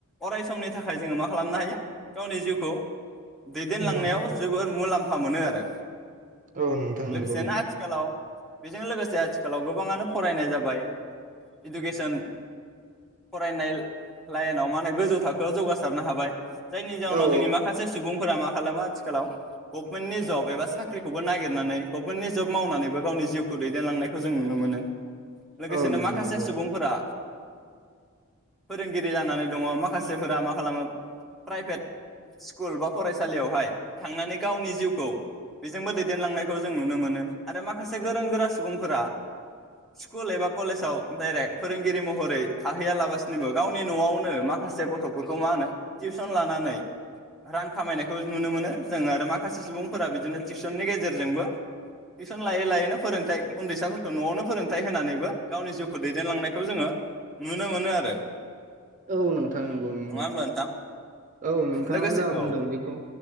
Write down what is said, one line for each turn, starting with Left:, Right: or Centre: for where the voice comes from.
Centre: अराय समनि थाखाय जोङो मा खालामनो हायो गावनि जिउखौ दैदेनलांनायाव
Right: खुंलांनो हायो
Centre: जोबोर मुलाम्फा मोनो आरो।
Right: औ नोंथां
Centre: लोगोसेनो
Right: नंगौ नोंथां
Centre: आथिखालाव बेजों लोगोसे आथिखालाव गोबाङानो फरायनाय जाबाय इडुकेसन फरायनाय लाइनाव माने गोजौ थाखोआव जौगासारनो हाबा बाय जायनि जाहनाव
Right: औ
Centre: जोंनि माखासे सुबुंफोरा मा खालामो आथिखालाव गभमेन्टनि जब एबा साख्रिखौबो नागिरनानै गभमेन्टनि जब मावनानैबो गावनि जिउखौ दैदेनलांनायखौ जों नुनो मोनो। लोगोसेनो
Right: औ नोंथां
Centre: माखासे
Right: नंगौ
Centre: सुबुंफोरा फोरोंगिरि जानानै दङ माखासेफोरा मा खालामो? प्राइभेट स्कुल बा फरायसालियावहाय थांनानै गावनि जिउखौ बेजोंबो दैदेनलांनायखौ जों नुनो मोनो आरो माखासे गोरों गोरा सुबुंफोरा स्कुल एबा कलेजाव डाइरेक्ट फोरोंगिरि महरै थाहैयालाबासिनोबो गावनि न'आवनो माखासे गथ'फोरखौ मा होनो टिउसन लानानै रां खामायनायखौ नुनो मोनो जोंङो आरो माखासे सुबुंफोरा बिदिनो टिउसननि गेजेरजोंबो टिउसन लायै लायैनो फोरोंथाइ उन्दैसाफोरखौ न'आवनो फोरोंथाइ होनानैबो गावनि जिउखौ दैदेनलांनायखौ जोङो नुनो मोनो आरो।
Right: औ नोंथां नंगौ नंगौ
Centre: नङा होमब्ला नोंथां
Right: औ नोंथाङा
Centre: लोगोसे
Right: जा
Centre: औ
Right: बुंदों बेखौ